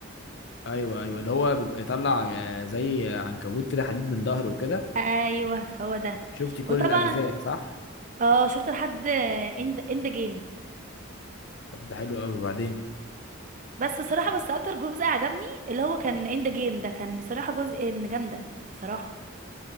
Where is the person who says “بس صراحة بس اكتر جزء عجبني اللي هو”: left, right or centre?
Right